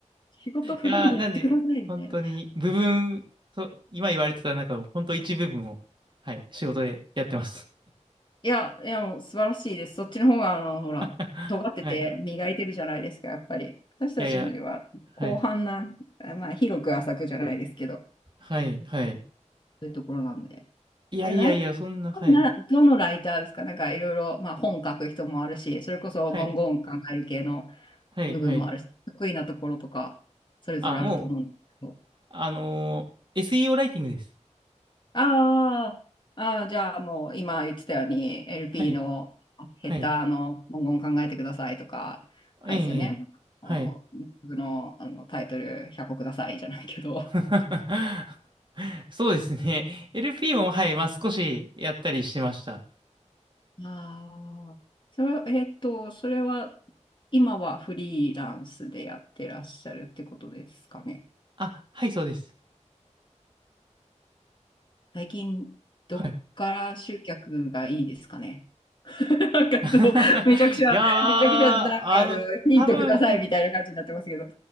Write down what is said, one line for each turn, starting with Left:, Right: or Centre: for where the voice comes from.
Left: 仕事振るんでやってください、
Right: いやー、なんで、
Left: みたいな。
Right: 本当に、部分、と、今言われてた中の、本当一部分を、はい、仕事でやってます。
Left: いや、いや、もう素晴らしいです。そっちの方が、あの、ほら、
Right: <laughs>
Left: 尖ってて磨いてるじゃないですか、
Right: はい。
Left: やっぱり。私たちは広範な、
Right: いやいや、はい、
Left: まあ、広く浅くじゃないですけど、そ
Right: はい、はい。
Left: ういうところなんで。
Right: いやいやいや、
Left: え、ライタ
Right: そんな、はい、
Left: ーな、どのライターですかなんかいろいろ、まあ本書く人もあるし、それこそ文言考える系の
Right: はい、はい、
Left: 部分もあるし、
Right: はい。
Left: 得意なところとか、それぞれあると思うんですけど。
Right: あ、もう、あのー SEO ライティングです。
Left: あーあー、じゃあもう今言ってたように、LP
Right: はい、
Left: のヘッダーの文言考えてくださいとか、
Right: はい。
Left: あれですよね。
Right: ええ、はい。
Left: あの僕の、あのタイトル100個くださいじゃないけど、
Right: <laughs> そうですね。LP も、はい、まあ少しやったりしてました。
Left: ああ、それ、えっと、それは今はフリーランスでやってらっしゃるってことですかね。
Right: あ、はい、そうです。
Left: 最近、どっから集客がいいですかね。
Right: はい。
Left: <laughs> なんかどう、
Right: <laughs>
Left: めちゃくちゃ、
Right: いやー、あの、
Left: めちゃくちゃ、なんかあの、ヒントくださいみたいな感じになってますけど。
Right: 多分、